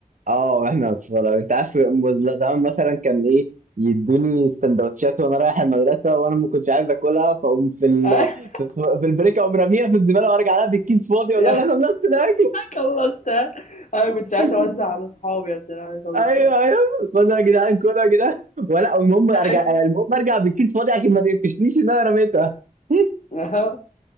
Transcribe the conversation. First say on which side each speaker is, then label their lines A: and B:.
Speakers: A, on the right; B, on the left.
A: اه واحنا اصفر انت عارف مز- زمان مثلا كان ايه يدوني السندوتشات وانا رايح المدرسه وانا ما كنتش عايز اكلها فاقوم في ال...
B: <laughs>
A: في, في البريك اقوم راميها في الزباله وارجع لها بالكيس فاضي اقول
B: يا
A: لها انا خلصت الاكل
B: خلصت أنا كنت ساعتها
A: <laughs>
B: أوزع على صحابي عشان أنا أخلص
A: ايوه ايوه خدها يا جدعان كلها يا جدعان ولا المهم ارجع
B: الأكل
A: المهم ارجع بالكيس فاضي عشان ما تقفشنيش ان انا رميتها <laughs>
B: <laughs>